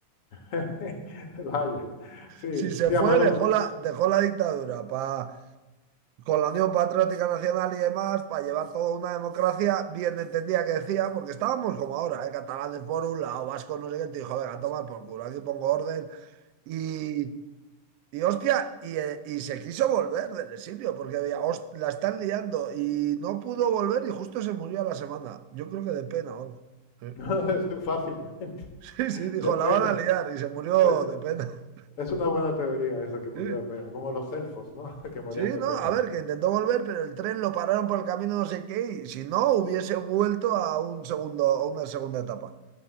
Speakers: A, on the left; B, on the right.
A: <laughs> Vaya. Sí,
B: Si se
A: sí,
B: fue,
A: además lo,
B: dejó la, dejó la dictadura pa- con la Unión Patriótica Nacional y demás para llevar toda una democracia, bien entendía que decía, porque estábamos como ahora, ¿eh? catalanes por un lado, vascos no sé qué, te dijo, venga, toma por culo, aquí pongo orden. Y, y hostia, y, eh, y se quiso volver del exilio, porque había, "Host- la están liando, y no pudo volver y justo se murió a la semana. Yo creo que de pena o algo.
A: <laughs>
B: Sí.
A: lo- fácilmente,
B: Sí, sí, dijo,
A: de pena.
B: la van a liar y se murió
A: Eh,
B: de pena.
A: Es una buena teoría eso, que murió
B: Sí,
A: de pena, como los elfos, ¿no? <laughs> Que morían
B: sí,
A: de
B: no,
A: pena.
B: a ver, que intentó volver, pero el tren lo pararon por el camino no sé qué y si no, hubiese vuelto a un segundo, a una segunda etapa.